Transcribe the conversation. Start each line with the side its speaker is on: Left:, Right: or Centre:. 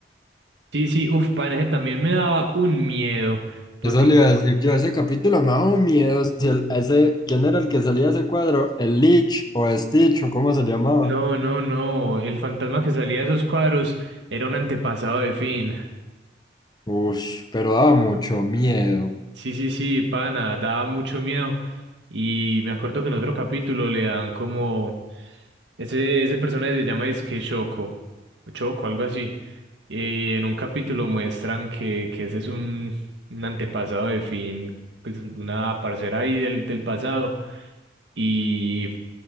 Right: Sí, sí, uff, pan, ese también me daba un miedo, porque
Left: Eso le iba a decir yo, ese capítulo me daba un miedo. Si el- ese, ¿quién era el que salía de ese cuadro? ¿El Lich o Stitch o cómo se llamaba?
Right: no, no, no, el fantasma que salía de esos cuadros era un antepasado de Finn.
Left: Uf, pero daba mucho miedo.
Right: Sí, sí, sí, pana, daba mucho miedo. Y me acuerdo que en otro capítulo le dan como... Ese, ese personaje se llama Disque Choco, o Choco, algo así. Y en un capítulo muestran que, que ese es un, un antepasado de Finn, pues una parcera ahí del, del pasado. Y,